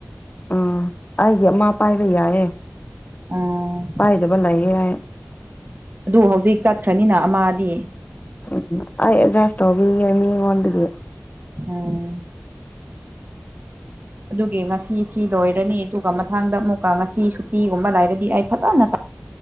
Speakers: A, on the left (about 40°); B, on the right (about 50°).
A: ꯎꯝ ꯑꯩꯒꯤ ꯑꯃꯥ ꯄꯥꯏꯕ ꯌꯥꯏꯌꯦ
B: ꯑꯥ
A: ꯄꯥꯏꯗꯕ ꯂꯩꯌꯦ ꯍꯥꯢ
B: ꯑꯗꯨ ꯍꯧꯖꯤꯛ ꯆꯠꯈ꯭ꯔꯅꯤꯅ ꯑꯃꯗꯤ
A: ꯎꯝ ꯑꯩ ꯑꯦꯗꯖꯥꯢꯞ ꯇꯧꯕꯤꯒꯦ ꯃꯤꯉꯣꯟꯗꯒꯤ
B: ꯑꯣ ꯑꯗꯨꯒꯤ ꯉꯁꯤ ꯁꯤ ꯂꯣꯏꯔꯅꯤ ꯑꯗꯨꯒ ꯃꯥꯊꯪꯗ ꯑꯃꯨꯛꯀ ꯉꯁꯤꯁꯨ ꯇꯤꯒꯨꯝꯕ ꯂꯩꯔꯗꯤ ꯑꯩ ꯐꯖꯅ